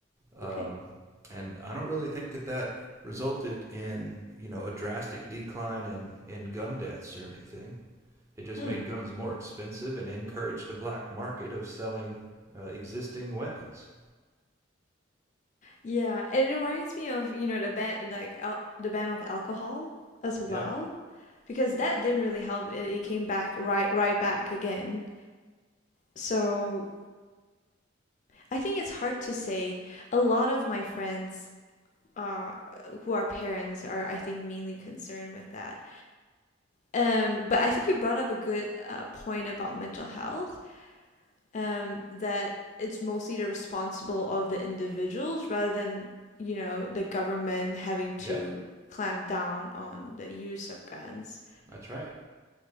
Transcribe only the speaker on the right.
um,
and I don't really think that that resulted in you know a drastic decline in, in gun deaths or anything. It just
made guns more expensive and encouraged a black market of selling uh, existing weapons.
Yep.
Yeah,
that's right.